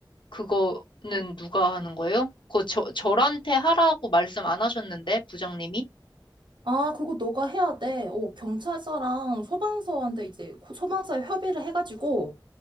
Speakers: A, on the left; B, on the right.
A: 그거는 누가 하는 거예요? 그거 저, 저한테 하라고 말씀 안 하셨는데, 부장님이?
B: 아, 그거 너가 해야 돼. 어, 경찰서랑 소방서한테 이제 소방서에 협의를 해가지고,